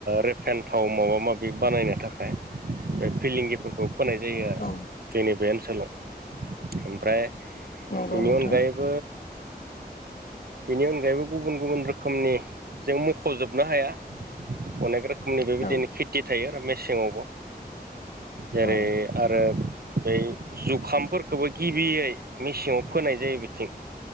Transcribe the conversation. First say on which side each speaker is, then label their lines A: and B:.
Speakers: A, on the right (about 65°); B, on the left (about 65°).
A: रेफेन थाव माबा माबि बानायनो थाख थाखाय बे फिलंगिफोरखौ फोनाय जायो आरो
B: औ
A: जोंनि बे ओनसोलाव। ओमफ्राय
B: नंगौ
A: बेनि
B: नोंथां
A: अनगायै <unintelligible> बेनि अनगायैबो गुब गुबुन रोखोमनि जों म जोबनो हाया अनेक रोखोमनि बेबायदिनो
B: औ
A: खिथि <inaudible> थायो आरो मेसेङावबो जेरै
B: औ
A: आर ओ बै जुखामफोरखौबो गिबियै मेसेङाव फोनाय जायो बिथिं।